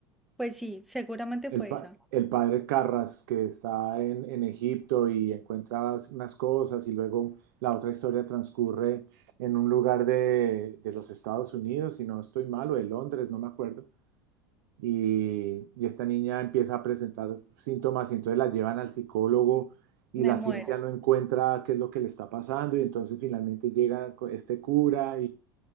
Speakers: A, in the centre; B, on the right.
A: Pues sí, seguramente
B: El,
A: fue
B: pa-
A: esa.
B: el padre Carras que está en, en Egipto y encuentra unas cosas y luego la otra historia transcurre en un lugar de, de los Estados Unidos, si no estoy mal, o de Londres, no me acuerdo. Y, y esta niña empieza a presentar síntomas y entonces la llevan al psicólogo y
A: me
B: la
A: muero.
B: ciencia no encuentra qué es lo que le está pasando y entonces finalmente llega este cura